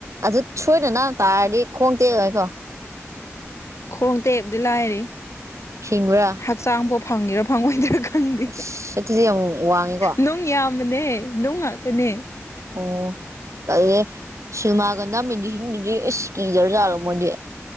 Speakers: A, on the right; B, on the left.
A: ꯑꯗꯨ ꯁꯣꯏꯗꯅ ꯇꯥꯔꯗꯤ ꯈꯣꯡꯗꯦ ꯑꯗꯨꯥꯏꯀꯣ
B: ꯈꯣꯡ ꯇꯦꯛꯞꯗꯤ ꯂꯥꯏꯔꯤ
A: ꯁꯤꯁꯤꯡꯔꯥ
B: ꯍꯛꯆꯥꯡꯐꯥꯎ ꯐꯪꯉꯦꯔꯥ ꯐꯪꯉꯣꯏꯗꯔꯥ ꯈꯪꯗꯦ
A: ꯑꯁ ꯑꯗꯨꯗꯤ ꯌꯥꯝ ꯋꯥꯡꯉꯤꯀꯣ
B: ꯅꯨꯡ ꯌꯥꯝ ꯅꯦ ꯅꯅꯨꯡ ꯉꯥꯛꯇꯅꯦ
A: ꯑꯣ ꯑꯗꯨ ꯁꯜꯃꯥꯒꯟꯗ ꯃꯗꯤꯁꯤꯡꯗꯨꯗꯤ ꯑꯁ ꯀꯤꯗꯧꯖꯥꯔꯣ ꯃꯣꯏꯗꯤ